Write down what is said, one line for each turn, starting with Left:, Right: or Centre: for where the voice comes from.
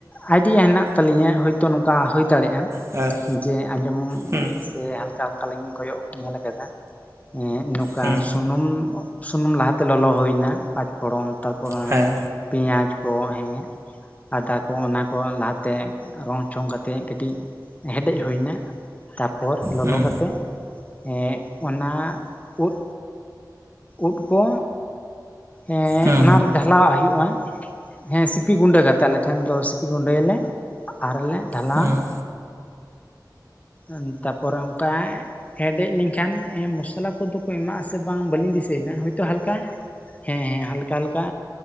Left: ᱟᱭᱰᱤᱭᱟ ᱦᱮᱱᱟᱜ ᱛᱟᱞᱤᱧᱟ ᱦᱳᱭᱛᱳ ᱱᱚᱝᱠᱟ ᱦᱩᱭ ᱫᱟᱲᱮᱭᱟᱜᱼᱟ
Right: ᱦᱮᱸ
Left: ᱡᱮ ᱟᱸᱡᱚᱢ
Right: ᱦᱮᱸ
Left: ᱥᱮ ᱦᱟᱞᱠᱟ ᱦᱟᱞᱠᱟ ᱞᱤᱧ ᱠᱚᱭᱚᱜ ᱧᱮᱞ ᱟᱠᱟᱫᱟ ᱮᱸᱜ ᱱᱚᱝᱠᱟ
Right: ᱦᱮᱸ
Left: ᱥᱩᱱᱩᱢ ᱥᱩᱱᱩᱢ ᱞᱟᱦᱟᱛᱮ ᱞᱚᱞᱚ ᱦᱩᱭᱱᱟ ᱯᱟᱸᱪ ᱯᱷᱚᱲᱚᱱ ᱛᱟᱨᱯᱚᱨᱮ
Right: ᱦᱮᱸ
Left: ᱯᱮᱸᱭᱟᱡᱽ ᱠᱚ ᱦᱮᱸ ᱟᱫᱟ ᱠᱚ ᱚᱱᱟ ᱠᱚ ᱞᱟᱦᱟᱛᱮ ᱨᱚᱝ ᱪᱷᱚᱝ ᱠᱟᱛᱮᱫ ᱠᱟᱹᱴᱤᱡ ᱦᱮᱰᱮᱡ ᱦᱩᱭ ᱮᱱᱟ ᱛᱟᱯᱚᱨ ᱞᱚᱞᱚ
Right: ᱦᱮᱸ
Left: ᱠᱟᱛᱮᱜ ᱮᱸ ᱚᱱᱟ ᱩᱫ ᱩᱫ ᱠᱚ ᱮᱸ
Right: ᱦᱮᱸ
Left: ᱚᱱᱟᱨᱮ <unintelligible> ᱰᱷᱟᱞᱟᱣᱟᱜ ᱦᱩᱭᱩᱜᱼᱟ ᱦᱮᱸ ᱥᱤᱯᱤ ᱜᱩᱸᱰᱟᱹ ᱠᱟᱛᱮ ᱟᱞᱮ ᱴᱷᱮᱱ ᱫᱚ ᱥᱤᱯᱤ ᱜᱩᱸᱰᱟᱹᱭᱟᱞᱮ ᱟᱨᱞᱮ ᱰᱷᱟᱞᱟ
Right: ᱦᱮᱸ
Left: ᱮᱸ ᱛᱟᱯᱚᱨᱮ ᱚᱱᱠᱟ ᱦᱮᱰᱮᱡ ᱞᱮᱱᱠᱷᱟᱱ ᱢᱚᱥᱞᱟ ᱠᱚᱫᱚ ᱠᱚ ᱮᱢᱟᱜ ᱟᱥᱮ ᱵᱟᱝ ᱵᱟᱹᱞᱤᱧ ᱫᱤᱥᱟᱹᱭᱮᱱᱟ ᱦᱳᱭᱛᱳ ᱦᱟᱞᱠᱟ ᱦᱮᱸ ᱦᱮᱸ ᱦᱟᱞᱠᱟ ᱦᱟᱞᱠᱟ